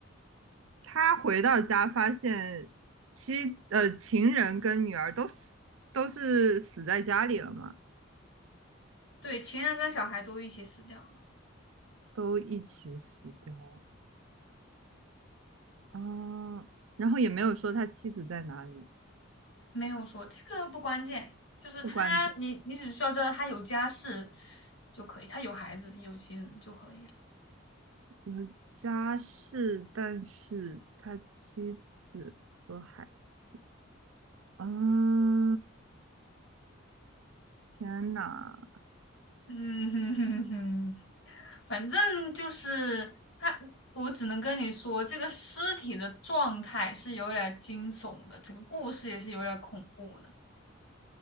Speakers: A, on the right; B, on the left.
A: 他回到家发现妻呃情人跟女儿都死都是死在家里了嘛，
B: 对，情人跟小孩都一起死掉了，
A: 都一起死掉了啊，然后也没有说他妻子在哪里，
B: 没有说这个不关键，就是他，
A: 不关键
B: 你你只需要知道他有家室就可以，他有孩子有妻子就可以了，
A: 有家事，但是他妻子和孩子，啊，天呐，
B: 嗯哼哼哼。反正就是他，我只能跟你说，这个尸体的状态是有点惊悚的，整个故事也是有点恐怖的，